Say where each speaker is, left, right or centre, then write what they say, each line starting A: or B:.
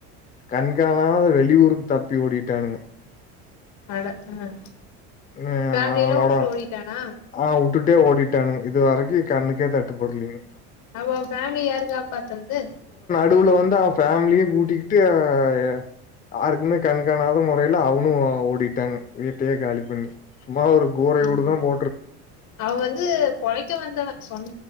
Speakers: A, on the left (about 25°); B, on the left (about 55°).
A: கண்கணாத வெளியூருக்கு தப்பி ஓடிட்டானுங்க
B: அட ஆ
A: அ
B: ஃபேமிலிய
A: அவனோட
B: எல்லா வுட்டுட்டு ஓடிட்டானா
A: ஆ வுட்டுட்டே ஓடிட்டானுங் இது வரைக்கு கண்ணுக்கே தட்டுப்படலீங்
B: அவன் ஃபேமிலிய யாரு காப்பாத்தறது
A: டுல வந்து அவன் ஃபேமிலியே கூட்டிக்கிட்டு எ ஆருக்குமே கண்காணாத முறைல அவனு ஓடிட்டாங் வீட்டையே காலி பண்ணி சும்மா ஒரு கோ
B: ம்
A: விடு தான் போ
B: அவ வந்து பொழைக்க வந்தவ சோன்